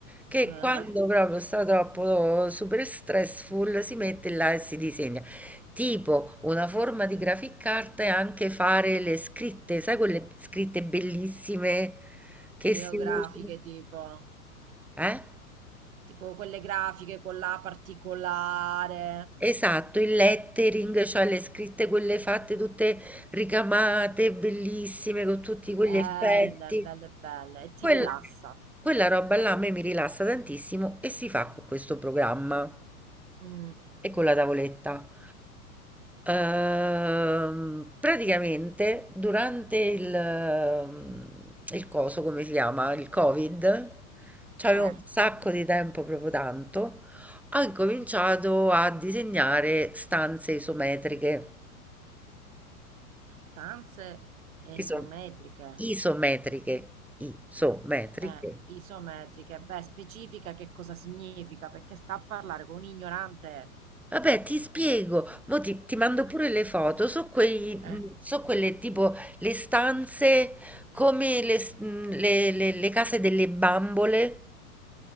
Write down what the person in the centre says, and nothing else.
che
quando proprio sta troppo super stressful si mette là e si disegna. Tipo, una forma di grafica carta è anche fare le scritte, sai quelle scritte bellissime che
si usano?
Eh?
Esatto, il lettering, cioè le scritte quelle fatte tutte ricamate, bellissime, con tutti quegli
effetti.
Quel-
quella roba là a me mi rilassa tantissimo e si fa con questo programma
e con la tavoletta. Ehm, praticamente durante il, ehm, il coso, come si chiama, il Covid, c'avevo
un sacco di tempo, proprio tanto, ho incominciato a disegnare stanze isometriche.
Iso- isometriche, isometriche.
Vabbè, ti spiego, mo ti, ti mando pure le foto, so, quei,
mh, so quelle tipo le stanze come le, s- mh, le- le- le case delle bambole,